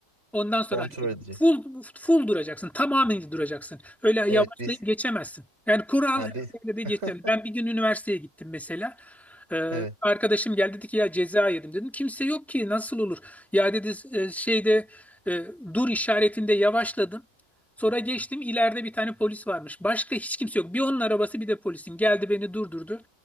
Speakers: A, in the centre; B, on the right (about 40°).
A: Ondan
B: Kontrol
A: sonra hareket
B: edecek.
A: edin. Full, full duracaksın. Tamamen duracaksın. Öyle
B: Evet
A: yavaşlayıp
B: biz.
A: geçemezsin. Yani kural
B: Ha
A: her
B: biz.
A: yerde de geçerli.
B: <laughs>
A: Ben bir gün üniversiteye gittim mesela. Ee,
B: Evet.
A: arkadaşım geldi dedi ki ya ceza yedim dedim. Kimse yok ki nasıl olur? Ya dedi e, şeyde e, dur işaretinde yavaşladım. Sonra geçtim ileride bir tane polis varmış. Başka hiç kimse yok. Bir onun arabası bir de polisin. Geldi beni durdurdu.